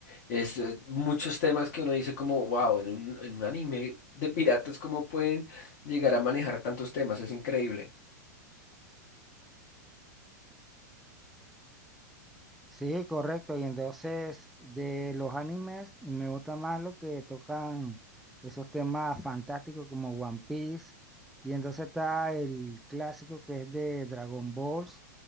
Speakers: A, on the left (about 55°); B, in the centre.
A: es, eh, muchos temas que uno dice como wow, en un, en un anime de piratas cómo pueden llegar a manejar tantos temas, es increíble.
B: Sí, correcto. Y entonces de los animes me gusta más lo que tocan esos temas fantásticos como One Piece. Y entonces está el clásico que es de Dragon Balls,